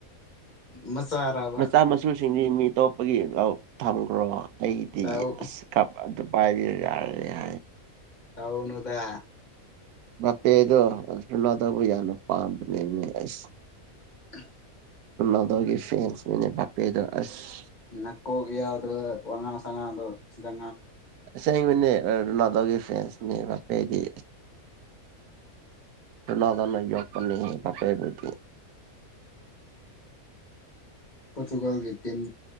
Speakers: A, on the left; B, on the right.
A: ꯃꯆꯥꯔꯕ
B: ꯃꯆꯥꯥ ꯃꯁꯨꯁꯤꯡ ꯃꯤꯇꯣ ꯒꯤ ꯂꯧ ꯊꯝꯈ꯭ꯔꯣ ꯑꯩꯗꯤ
A: ꯇꯧ
B: ꯑꯁ ꯀꯞ ꯑꯗꯨ ꯑꯗꯨ ꯄꯥꯏꯒꯒ ꯌꯥ
A: ꯇꯧꯅꯗ
B: ꯄꯦꯗꯣꯅꯗꯕꯨ ꯌꯥꯅ ꯄꯅꯤꯁ
A: <unintelligible>
B: ꯎꯗꯒꯦ ꯐꯦ ꯅꯦ ꯕꯥꯄꯦꯗꯣ ꯑꯁ
A: ꯅ ꯀꯣꯌꯥꯗ ꯋꯥꯉꯥꯡ ꯁꯉꯥꯗ ꯁꯤꯥ
B: ꯁꯅꯦ ꯂꯗꯒꯤ ꯐꯦꯟꯁꯅꯦꯄꯦꯗꯤ ꯐꯅꯥꯗꯅ ꯌꯣ ꯄꯅꯤꯦ ꯄꯄꯠꯇ
A: ꯄꯣꯣꯔꯆꯨꯒꯜꯒꯤꯇꯤꯟ